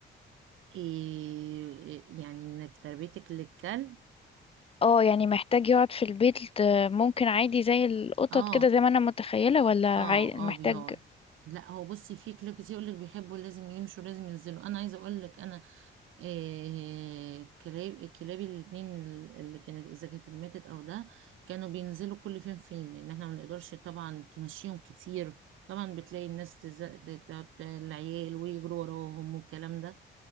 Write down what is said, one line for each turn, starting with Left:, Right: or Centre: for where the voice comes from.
Right: إيه يعني ان في تربيتك للكلب
Left: اه يعني محتاج يقعد في البيت آه، ممكن عادي زي القطط
Right: اه
Left: كده زي ما انا متخيلة ولا عاي...
Right: اه
Left: محتاج
Right: اه بيقعد لا هو بصي في كلاب كتير يقول لك بيحبوا لازم يمشوا لازم ينزلوا انا عايزه اقول لك انا إيه كلاب كلابي الاثنين اللي كانت اذا كانت ماتت او ده كانوا بينزلوا كل فين فين لان احنا ما بنقدرش طبعا تمشيهم كتير طبعا بتلاقي الناس تزق العيال ويجروا وراهم والكلام ده